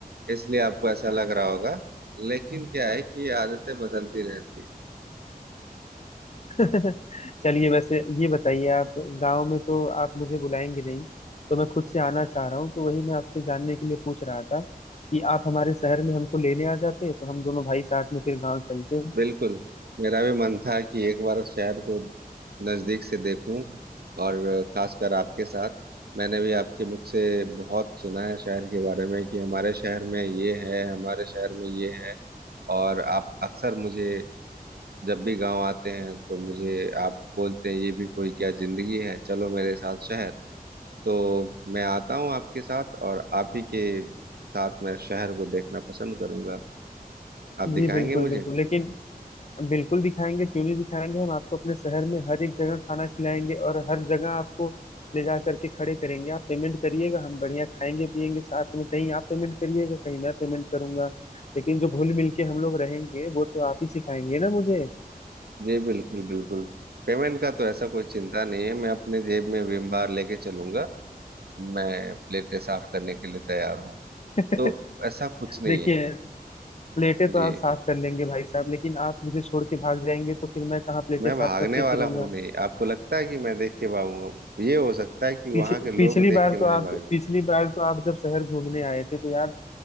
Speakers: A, on the right (about 80°); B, on the left (about 45°).
A: इसलिए आपको ऐसा लग रहा होगा लेकिन क्या है कि ये आदतें बदलती रहती है
B: <laughs> चलिए वैसे ये बताइए आप गांव में तो आप मुझे बुलाएंगे नहीं तो मैं खुद से आना चाह रहा हूँ तो वही मैं आपसे जानने के लिए पूछ रहा था कि आप हमारे शहर में हमको लेने आ जाते तो हम दोनों भाई साथ में फिर गांव चलते
A: बिल्कुल मेरा भी मन था कि एक बार शहर को नजदीक से देखूं और खासकर आपके साथ मैंने भी आपके मुख से बहुत सुना है शहर के बारे में कि हमारे शहर में ये है हमारे शहर में ये है और आप अक्सर मुझे जब भी गांव आते हैं तो मुझे आप बोलते हैं ये भी कोई क्या जिंदगी है चलो मेरे साथ शहर तो मैं आता हूँ आपके साथ और आप ही के साथ मैं शहर को देखना पसंद करूंगा आप दिखाएंगे
B: जी बिल्कुल
A: मुझे
B: बिल्कुल लेकिन बिल्कुल दिखाएंगे क्यों नहीं दिखाएंगे हम आपको अपने शहर में हर एक जगह खाना खिलाएंगे और हर जगह आपको ले जा करके खड़े करेंगे आप पेमेंट करिएगा हम बढ़िया खाएंगे पिएंगे साथ में कहीं आप पेमेंट करिएगा कहीं मैं पेमेंट करूंगा लेकिन जो घुल मिल के हम लोग रहेंगे वो तो आप ही सिखाएंगे ना मुझे
A: जी बिल्कुल बिल्कुल पेमेंट का तो ऐसा कोई चिंता नहीं है मैं अपने जेब में विम बार लेके चलूंगा मैं प्लेटें साफ करने के लिए तैयार हूँ
B: <laughs>
A: तो ऐसा कुछ नहीं
B: देखिए
A: है
B: प्लेटें
A: जी
B: तो आप साफ कर लेंगे भाई साहब लेकिन आप मुझे छोड़ के भाग जाएंगे तो फिर मैं कहाँ प्लेटें
A: मैं
B: साफ
A: भागने
B: करते
A: वाला
B: फिरूंगा
A: हूँ नहीं आपको लगता है कि मैं देख के भागूंगा ये हो सकता है कि वहां
B: पिछ,
A: के लोग
B: पिछली
A: देख
B: बार
A: के
B: तो
A: मुझे
B: आप
A: भाग जाए
B: पिछली बार तो आप जब शहर घूमने आए थे तो याद